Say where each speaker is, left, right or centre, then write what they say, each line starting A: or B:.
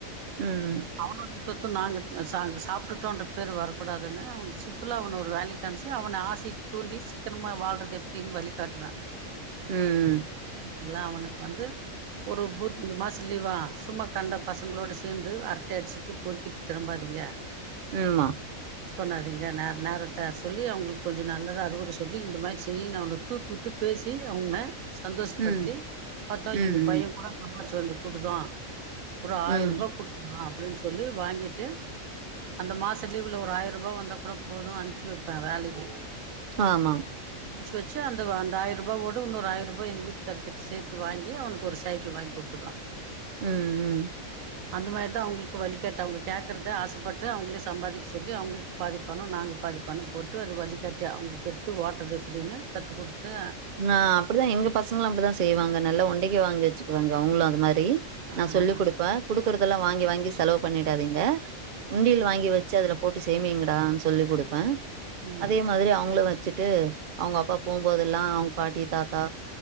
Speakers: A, on the right (about 55°); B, on the right (about 75°).
A: ம் ம்
B: அவனோட சொத்து நாங்க சாங்க சாப்டுட்டோன்ற பேரு வரக்கூடாதுன்னு அவன சிம்பிளா அவன ஒரு வேலைக்கு கி அம்ச்சு அவன ஆசைக் தூண்டி சிக்கனமா வாழ்றது எப்டின் வழிகாட்டுவே
A: ம் ம்
B: ங்களா அவனுக்கு வந்து ஒரு பூத்து இந்த மாச லீவா சும்மா கண்ட பசங்களோட சேந்து அரட்டை அடுச்சுட்டு பொறுக்கிட்டு திரும்பாதீங்க
A: ஆமா
B: பண்ணாதீங்க நேர நேரத்த சொல்லி அவுங்களுக்கு கொஞ்சோ நல்லதா அறுவுர சொல்லி இந்த மாரி செய்யின் அவன தூக்கிவுட்டு பேசி அவுங்க சந்தோஷப்படுத்தி
A: ம்
B: பாத்தா
A: ம் ம்
B: எங்க பையே கூட சம்பாருச்சு வந்து குடுத்தா அப்பறோ ஆயருபா
A: ம்
B: குடுக்கலா அப்டின் சொல்லி வாங்கிட்டு அந்த மாசத்து லீவுல ஒரு ஆயர் ரூபா வந்த கூட போது அன்ப்ச்சு வப்பே வேலைக்கி
A: ஆமா
B: அம்ச்ச வச்சு அந்த வ அந்த ஆயருபாவோட வுன்னோரு ஆயரரூபா எங்க வீட்டுக்கார் டிப்ஸ் சேத்து வாங்கி அவனுக்கு ஒரு சைக்கிள் வாங்கி குடுத்துடுவா
A: உம் உம்
B: அந்த மாரி தா அவங்களுக்கு வழிகாட்டி அவங்க கேக்குறத ஆசப்பட்டு அவங்களே சம்பாதிக்க சொல்லி அவ்ங்களுக்கு பாதிப்பனொ நாங்க பாதிப்பனொ போட்டு அது வழிக்காட்டி அவங்களுக்கு எடுத்து ஓட்றது எப்டின்னு கத்து கொடுத்து
A: ஆ அப்படிதா எங்க பசங்களு அப்படித்தா செய்வாங்க நல்லா ஒண்டைக்கு வாங்கி வச்சுக்குவாங்க அவங்களு அந்த மாரி நா
B: ஆஹா
A: சொல்லி் கொடுப்பே குடுக்குறதெல்லா வாங்கி வாங்கி செலவு பண்ணிடாதீங்க உண்டியல் வாங்கி வச்சு அதுல போட்டு சேமீயுங்கடான்னு சொல்லி கொடுப்பே
B: ம்
A: அதே மாத்ரி அவங்களு வச்சுட்டு அவங்க அப்பா போம்போதெல்லா அவங் பாட்டி தாத்தா